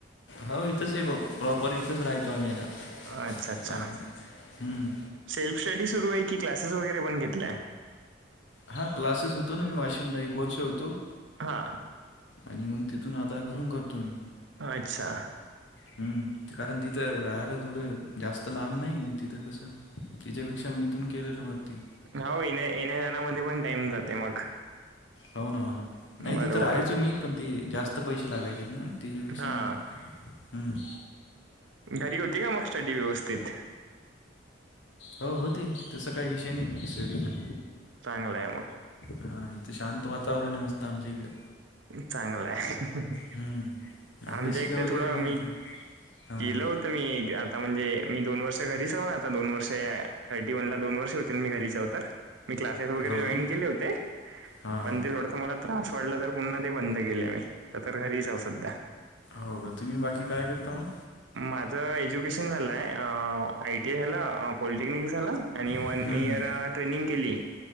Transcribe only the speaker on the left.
हो इथंच आहे भाऊ, प्रॉपर इथंच राहितो आम्ही आता.
अं, हम्म.
हा क्लासेस होतो ना, मी वाशिमला एक वर्ष होतो.
आणि मग तिथून आता घरून करतो मी.
हम्, ते कारण तिथं राहायला थोडं जास्त लांब नाही तिथं कसं- तिच्यापेक्षा मी इथून केलेल बर ते.
हो ना, हो ना, नाही
तिथ तर राहायचो मी, पण ते जास्त पैसे लागायचेत ना. त्याच्यापेक्षा
मग-
हो, होते तस काही विषय नाही स्टडीचा.
हा, इथे शांत वातावरण मस्तं आमच्या इकडे.
हम्म अभ्यासिका
वगैरे
पण येत हां
हां
हो
का
हां
हां
हो का? तुम्ही बाकी काय करता मग?
हम्म हम्म